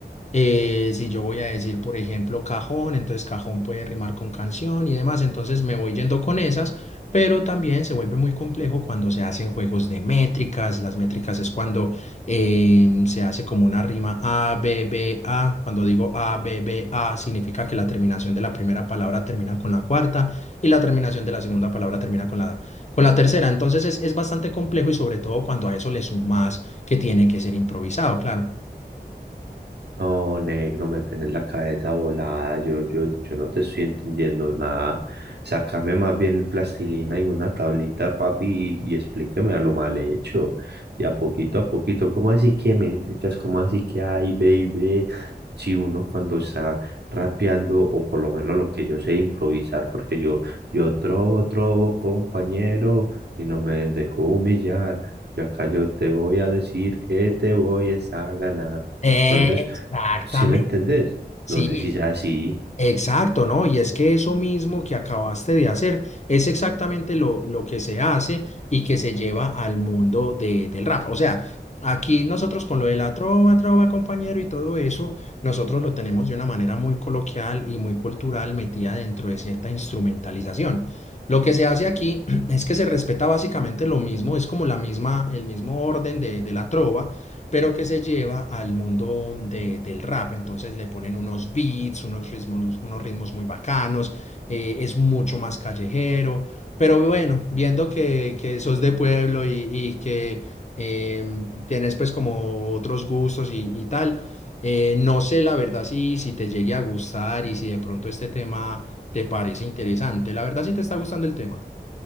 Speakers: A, on the left (about 40°); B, on the right (about 70°).
A: eh, si yo voy a decir, por ejemplo, cajón, entonces cajón puede rimar con canción y demás, entonces me voy yendo con esas, pero también se vuelve muy complejo cuando se hacen juegos de métricas. Las métricas es cuando em, se hace como una rima A, B, B, A. Cuando digo A, B, B, A, significa que la terminación de la primera palabra termina con la cuarta y la terminación de la segunda palabra termina con la, con la tercera. Entonces es, es bastante complejo y sobre todo cuando a eso le sumas que tiene que ser improvisado, claro.
B: No, negro, me tenés la cabeza volada, yo, yo, yo no te estoy entendiendo nada. Sácame más bien plastilina y una tablita, papi, y, y explíqueme a lo mal hecho. Y a poquito a poquito, ¿cómo así que métricas? ¿Cómo así que hay, baby? Si uno cuando está rapeando, o por lo menos lo que yo sé improvisar, porque yo, yo trobo, trobo, compañero, y no me dejo humillar. Yo acá yo te voy a decir que te voy es a ganar.
A: Exactamente.
B: Entonces, ¿Sí me entendés?
A: Sí,
B: No sé si sea así.
A: Exacto, ¿no? Y es que eso mismo que acabaste de hacer es exactamente lo, lo que se hace y que se lleva al mundo de- del rap. O sea, aquí nosotros con lo de la trova, trova, compañero y todo eso, nosotros lo tenemos de una manera muy coloquial y muy cultural metida dentro de cierta instrumentalización. Lo que se hace aquí <clears throat> es que se respeta básicamente lo mismo, es como la misma, el mismo orden de, de la trova pero que se lleva al mundo de- del rap. Entonces le ponen unos beats, unos ritmos, unos ritmos muy bacanos, eh, es mucho más callejero. Pero bueno, viendo que, que sos de pueblo y, y que em, tienes pues como otros gustos y, y tal, eh, no sé la verdad si, si te llegue a gustar y si de pronto este tema te parece interesante. La verdad si te está gustando el tema.